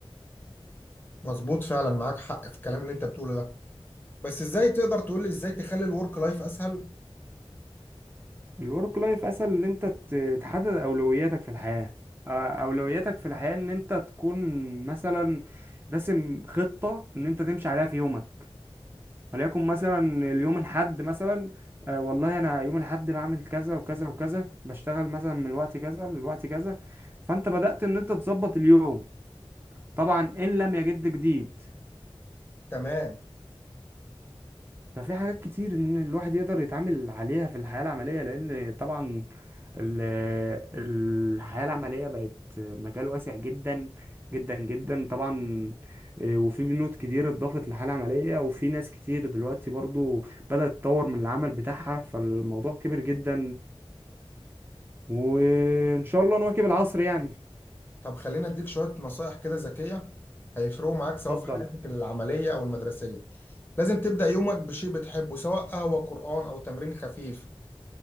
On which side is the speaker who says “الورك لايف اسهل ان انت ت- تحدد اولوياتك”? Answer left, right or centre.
Right